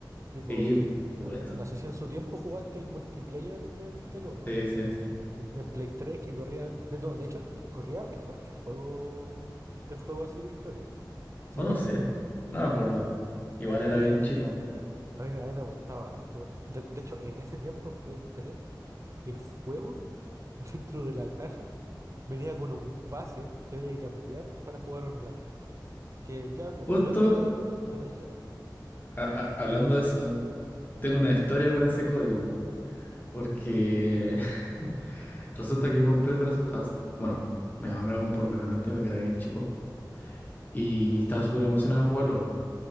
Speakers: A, on the right; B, on the left.
A: Tipo,
B: Sí, por
A: no,
B: supuesto.
A: no- no sé si en su tiempo jugaste el multiplayer del, del uno,
B: Sí,
A: así,
B: sí,
A: en,
B: sí.
A: en Play 3 que corría... de- no, de hecho, corría mejor que el juego, que el juego así de historia, según
B: No, no sé,
A: yo.
B: no me acuerdo.
A: Sí.
B: Igual era
A: A mí,
B: bien
A: a mí-
B: chico.
A: a mí- a mí me gustaba harto. De, de hecho, en ese tiempo en Play 3, el juego <laughs> dentro de la caja venía con un pase que había que cambiar para jugar online. Que ya, pues,
B: Justo
A: yo lo tenía, lo, lo canjeaba.
B: a- a- hablando de eso, tengo una historia con ese código, porque <laughs> Resulta que yo compré el The Last of Us. Bueno, mi mamá me lo compró claramente porque era bien chico. Y estaba súper emocionado de jugarlo.